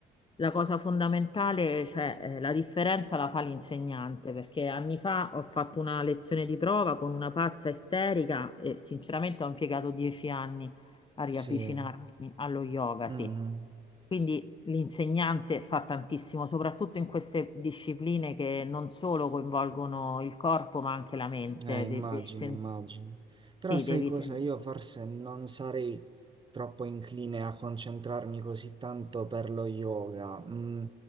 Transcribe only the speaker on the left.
la cosa fondamentale, cioè eh, la differenza la fa l'insegnante, perché anni fa ho fatto una lezione di prova con una pazza isterica e sinceramente ho impiegato dieci anni a riavvicinarmi
allo yoga,
sì.
Quindi l'insegnante fa tantissimo, soprattutto in queste discipline che non solo coinvolgono il corpo, ma anche la mente.
De- devi sen-
sì,
devi
sen-